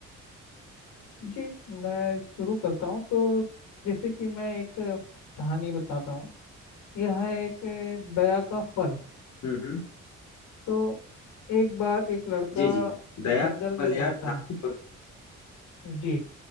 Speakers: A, on the left (about 85°); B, on the left (about 70°).
A: जी मैं शुरू करता हूँ तो जैसे कि मैं एक कहानी बताता हूँ यह है एक दया का फल
B: हम्म हम्म
A: तो एक बार एक लड़का
B: जी जी दया
A: जंगल
B: मलयार
A: में जाता
B: नाम
A: है
B: बहुत-
A: जी